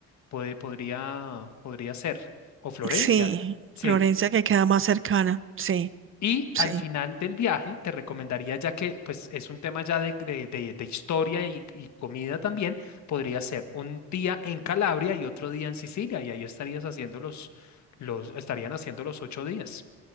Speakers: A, on the left; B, on the right.
A: puede, podría, podría ser, o Florencia,
B: sí,
A: sí.
B: Florencia que queda más cercana, sí,
A: Y
B: sí,
A: al final del viaje te recomendaría, ya que pues es un tema ya de, de- de- de historia y, y comida también, podría ser un día en Calabria y otro día en Sicilia, y ahí estarías haciendo los, los, estarían haciendo los ocho días.